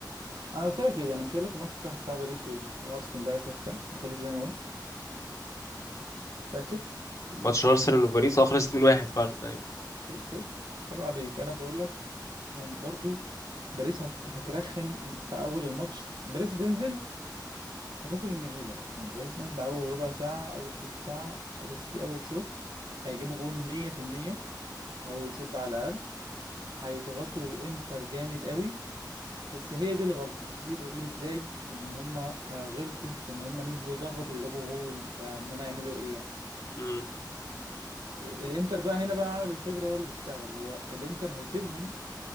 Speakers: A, on the right (about 80°); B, on the left (about 40°).
A: انا قلت لك ايه انا مش قايل لك الماتش الصح بتاع باريس و- وارسنال ده هيخلص كام وخلص زي ما قلت فاكر
B: ماتش ارسنال وباريس اه خلص 2-1 فعلا ايوه
A: شوف شوف عيب عليك انا بقول لك يعني برضو باريس هت... هترخم في اول الماتش باريس هتنزل هتاكل النجيله يعني باريس نازله اول ربع ساعه اول تلت ساعه يا سيدي اول شوط هيجيبوا جون 100% اول شوط ده على الاقل هيضغطوا انتر جامد قوي بس هي دي الغلطة هتيجي تقول لي ازاي ان هما آه، غلطوا في ان هما نزلوا ضغطوا وجابوا جون وبتاع امال هيعملوا ايه يعني
B: مم.
A: إيه- الانتر بقى هنا بقى عامل الخبرة هو اللي بيشتغل هو الانتر هيسيبهم